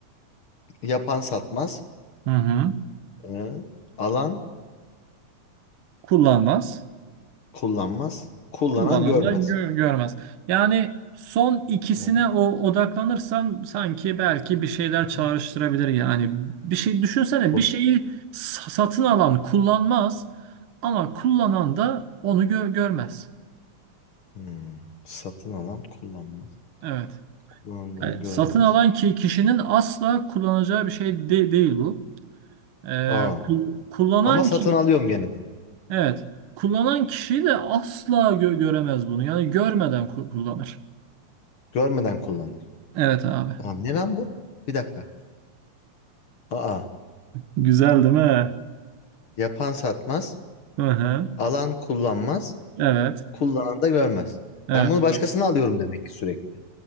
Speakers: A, on the left; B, on the right.
A: Yapan satmaz.
B: Hı hı.
A: Ee, alan
B: Kullanmaz.
A: kullanmaz. Kullanan
B: kullanan
A: görmez.
B: da gö- görmez. Yani son ikisine
A: Hı
B: o odaklanırsam sanki belki bir şeyler
A: hı.
B: çağrıştırabilir yani. Bir şey düşünsene
A: Kul.
B: bir şeyi sa- satın alan kullanmaz ama kullanan da onu gö- görmez.
A: Hmm. Satın alan kullanmaz.
B: Evet.
A: Kullandığını
B: Yani
A: görmez.
B: satın alan ki kişinin asla kullanacağı bir şey de- değil bu. Ee, ku-
A: Aa.
B: kullanan
A: Ama satın
B: ki
A: alıyorum gene de.
B: evet kullanan kişi de asla gö- göremez bunu. Yani görmeden ku- kullanır.
A: Görmeden kullanır.
B: Evet abi.
A: Aa, ne lan bu? Bir dakika. Aa.
B: Güzel değil mi?
A: Yapan satmaz.
B: Hı hı.
A: Alan kullanmaz.
B: Evet.
A: Kullanan da görmez.
B: Evet.
A: Ben bunu başkasına
B: evet.
A: alıyorum demek ki sürekli.